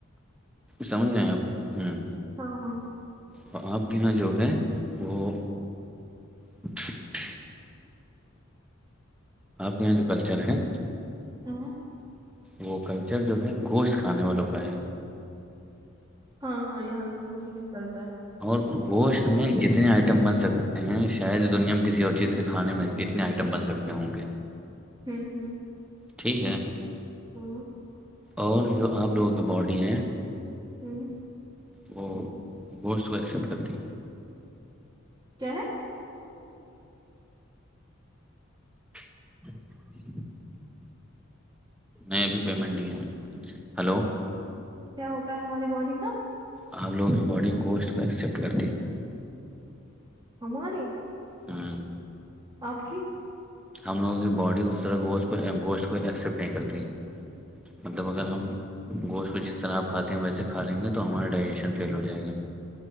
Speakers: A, in the centre; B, on the right.
A: سمجھ رہ آپ ہوں
B: ہاں ہاں
A: تو آپ کے ن جو ہے وہ <inaudible> آپ کے یہاں جو کلچر ہے
B: ہوں
A: وہ کلچر جو ہے گوشت کھانے والوں کا ہے
B: ہاں ہاں یہاں تو وہ چلتا ہے
A: اور گوشت میں جتنے آئٹم بن سکتے ہیں شاید دنیا میں کسی اور چیز کے کھانے میں آئٹم بن سکتے ہوں گے
B: ہوں ہوں
A: ٹھیک ہے
B: ہوں
A: اور جو آپ لوگوں کی باڈی ہیں
B: ہوں
A: وہ گوشت تو ایکسپٹ کرتی
B: کیا ہے
A: <inaudible> نہیں ابھی پیمنٹ نہیں اہی ہلو
B: کیا ہوتا ہے ہماری باڈی کا
A: آ ہم لوگوں کی باڈی گوشت کو ایکسیپٹ کرتے ہیں
B: ہماری
A: ہاں
B: آپ کی
A: ہم لوگوں کی باڈی اسس طرح گوشت کو گوشت کو ایکسیپٹ نہیں کرتی مطلب اگر
B: اچھا
A: ہم گوشت کو جس طرح آپ کھاتے ہیں ویسے کھا لیں گے تو ہمارا ڈائجیشن فیل ہو جائے گا